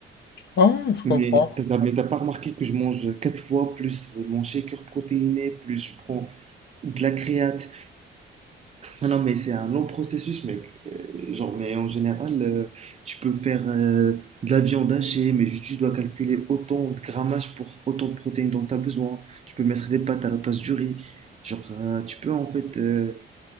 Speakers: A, on the left; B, on the right.
A: Ah, je comprends.
B: Mais t'as, t'as- mais t'as pas remarqué que je mange quatre fois plus mon shaker protéiné, plus je prends de la créate, ah non, mais c'est un long processus, mec. Euh, genre, mais en général, euh, tu peux faire euh, de la viande hachée, mais juste tu dois calculer autant de grammage pour autant de protéines dont tu as besoin. Tu peux mettre des pâtes à la place du riz. Genre, euh, tu peux en fait. euh,